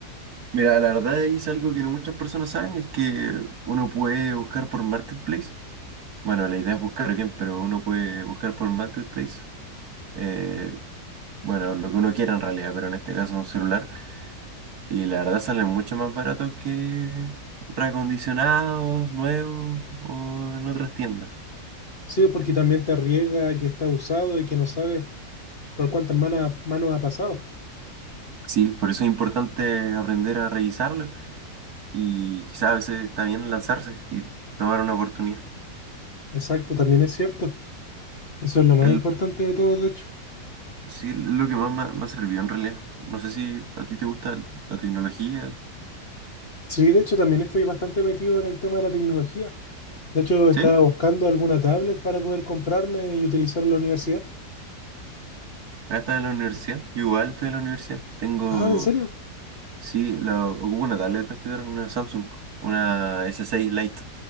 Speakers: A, on the right; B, on the left.
A: mira, la verdad es algo que no muchas personas saben, y es que uno puede buscar por Marketplace. Bueno, la idea es buscar bien, pero uno puede buscar por Marketplace. eh, bueno, lo que uno quiera en realidad, pero en este caso un celular. Y la verdad salen mucho más baratos que reacondicionados, nuevos o en otras tiendas.
B: Sí, porque también te riega que está usado y que no sabes por cuántas mana- manos ha pasado.
A: Sí, por eso es importante aprender a revisarlo y quizás a veces está bien lanzarse y tomar una oportunidad.
B: Exacto, también es cierto. Eso es lo más
A: El,
B: importante de todo, de hecho.
A: sí, es lo que más me, ha me ha servido en realidad. No sé si a ti te gusta el- la tecnología.
B: Sí, de hecho, también estoy bastante metido en el tema de la tecnología. De hecho, estaba
A: Sí,
B: buscando alguna tablet para poder comprarme y utilizar en la universidad.
A: ahora estás en la universidad. Yo igual estoy en la universidad. Tengo,
B: Ah, ¿en serio?
A: sí, la, ocupo una tablet para estudiar, una Samsung, una S6 Lite,